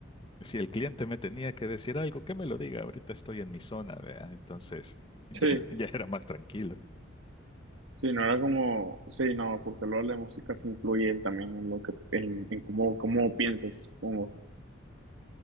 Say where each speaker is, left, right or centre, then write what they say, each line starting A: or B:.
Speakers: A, on the left; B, on the right.
A: si el cliente me tenía que decir algo, que me lo diga. Ahorita estoy en mi zona, vea. Entonces, ya,
B: Sí,
A: <laughs> ya era más tranquilo.
B: sí, no era como, sí, no, porque luego la música se influye en- también en lo que, en, en cómo, cómo piensas, supongo.